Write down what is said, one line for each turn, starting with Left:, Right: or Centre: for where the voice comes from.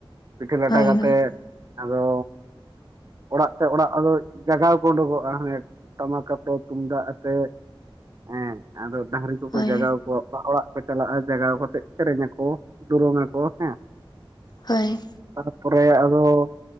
Right: ᱯᱤᱴᱷᱟᱹ ᱞᱟᱴᱷᱟ
Left: ᱦᱳᱭ
Right: ᱠᱟᱛᱮ
Left: ᱦᱳᱭ
Right: ᱟᱫᱚ, ᱚᱲᱟᱜ ᱛᱮ ᱚᱲᱟᱜ ᱟᱫᱚ ᱡᱟᱜᱟᱣ ᱠᱚ ᱩᱰᱩᱠᱚᱜᱼᱟ ᱦᱮᱸ ᱴᱟᱢᱟᱠ ᱟᱛᱮ, ᱛᱩᱢᱫᱟᱜ ᱟᱛᱮ᱾ ᱦᱮᱸ, ᱟᱫᱚ ᱰᱷᱟᱝᱨᱤ ᱩᱱᱠᱩ ᱠᱚ
Left: ᱦᱳᱭ
Right: ᱡᱟᱜᱟᱣ ᱠᱚᱣᱟ ᱚᱲᱟᱜ ᱚᱲᱟᱜ ᱠᱚ ᱪᱟᱞᱟᱜᱼᱟ ᱡᱟᱜᱟᱣ ᱠᱟᱛᱮ ᱥᱮᱨᱮᱧ ᱟᱠᱚ ᱫᱩᱨᱟᱝ ᱟᱠᱚ ᱦᱮᱸ,
Left: ᱦᱳᱭ᱾
Right: ᱛᱟᱨᱯᱚᱨᱮ ᱟᱫᱚ,